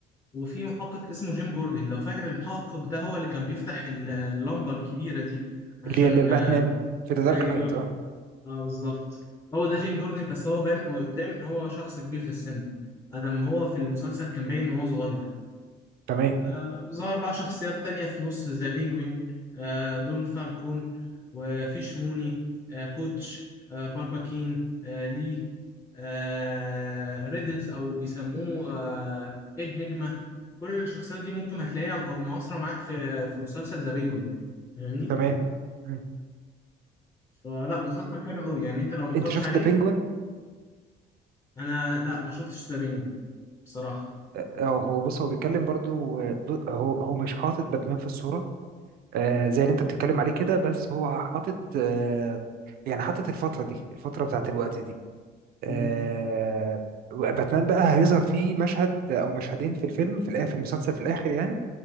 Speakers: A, on the left; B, on the right.
A: وفي محقق اسمه جيم جوردن لو فاكر المحقق ده هو اللي كان بيفتح ال- اللمبة الكبيرة دي عشان
B: اللي اللي باتمان
A: آه
B: في ذا دارك
A: ايوه
B: نايت اه
A: اه بالظبط هو ده
B: مم.
A: جيم جوردن بس هو بان قدام ان هو شخص كبير في السن ادم هو في المسلسل كان باين ان هو صغير
B: تمام
A: آه، ظهر بقى شخصيات تانية في نص ذا بينجوين آه، دون فالكون وفيش موني آه، بوتش آه، بارباكين آه، لي آه، ريدلز أو بيسموه آه، إيد نجمة كل الشخصيات دي ممكن هتلاقيها أو معاصرة معاك في في مسلسل ذا بينجوين فاهمني؟
B: تمام مم.
A: فلا مسلسل حلو أوي يعني أنت لو ما اتفرجتش
B: أنت شفت
A: عليه
B: ذا بينجوين؟
A: أنا لا ما شفتش ذا بينجوين بصراحة
B: اه آه، هو بص هو بيتكلم برضو آه، ب- هو هو مش حاطط باتمان في الصورة آه
A: م-
B: زي اللي أنت بتتكلم عليه كده بس هو حاطط آه يعني حاطط الفترة دي الفترة بتاعت الوقت دي آه،
A: م.
B: باتمان بقى هيظهر فيه مشهد او مشهدين في الفيلم في الاخر في المسلسل في الاخر يعني